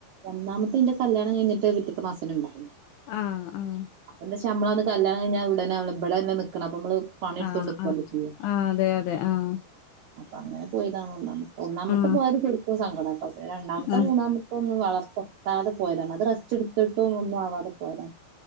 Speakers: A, on the right; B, on the left.
A: ഒന്നാമത്തെ ഇന്റെ കല്യാണം കഴിഞ്ഞിട്ട് പിറ്റത്തെ മാസം ഉണ്ടായിനി
B: ആഹ് ആങ്ങനെ
A: അപ്പ എന്താെ നമ്മള് കല്യാണം കിഞ്ഞാൽ ഉടന്നെ ഇവിടെ തന്നെ നിക്കണം അപ്പ നമ്മള്. പണിയെടുത്തോണ്ട്
B: ആഹ്
A: നിക്കല്ലേ
B: ആ
A: ചെയ്യാ
B: ആഹ് അതെ അതെ ആഹ്
A: അപ്പൊ അങ്ങനെ പോയതാണ് ഒന്നാമത്തെ ഒന്നാമത്തെ
B: ആഹ്
A: പോയത് സെരിക്കോ സങ്കടംട്ടോ രണ്ടാമത്തെ
B: ആഹ്
A: മൂന്നാമത്തെ. ഇ ഒന്നും വളർത്തക്കാതെ പോയതാണ് അത് റസ്റ്റ് എടുത്തിട്ടും ഒന്നും ആവാതെ പോയതാണ്.